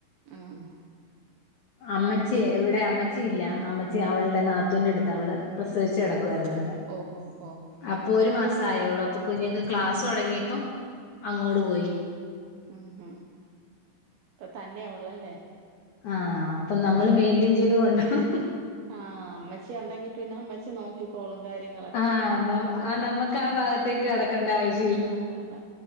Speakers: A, on the right; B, on the left.
A: ആഹ് അഹ്
B: അമ്മച്ചി ഇവിടെ അമ്മച്ചി ഇല്ല അമ്മച്ചി അവളുടെ നാത്തൂന്റെ അടുത്ത് അവള് പ്രസവിച്ചു കിടക്കുയിരുന്നു
A: ഓഹോ
B: ഇവിടെ
A: ഓഹോ ഓഹ്
B: അ പ്പൊര് മാസം ആയുള്ളൂ അപ്പൊ കുഞ്ഞുക്ക് ക്ലാസ്സ് തുടങ്ങിയപ്പം അങ്ങോട്ട് പോയി
A: ആഹ് ഉം ഹും ഇപ്പൊ തന്നെയ ഉള്ളല്ലേ
B: ആഹ് അപ്പൊ നമ്മള് മെയ്ന്റൻ ചെയിത് കൊണ്ടോണം
A: ആഹ് അമ്മച്ചി ഉണ്ടെങ്കി പിന്നെ അമ്മച്ചി നോക്കിക്കോളും കാര്യങ്ങ
B: ആഹ് ന്നാ നമ്മക്ക് ആ ഭാഗത്തേക്ക് കടക്കണ്ട ആ വിശ്യം
A: നോക്കണ്ട